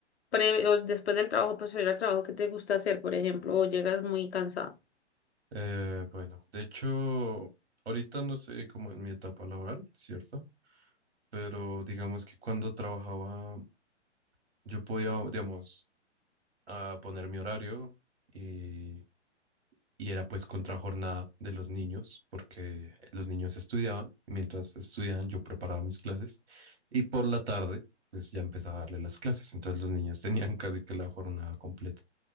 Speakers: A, on the left (about 60°); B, on the right (about 60°).
A: pre- o después del trabajo, pues ir al trabajo que te gusta hacer, por ejemplo, o llegas muy cansado?
B: Eh, bueno, de hecho, ahorita no sé como en mi etapa laboral, ¿cierto? Pero digamos que cuando trabajaba yo podía, digamos, a poner mi horario. y y era pues contrajornada de los niños, porque los niños estudiaban, mientras estudiaban yo preparaba mis clases y por la tarde pues ya empezaba a darle las clases, entonces los niños <laughs> tenían casi que la jornada completa.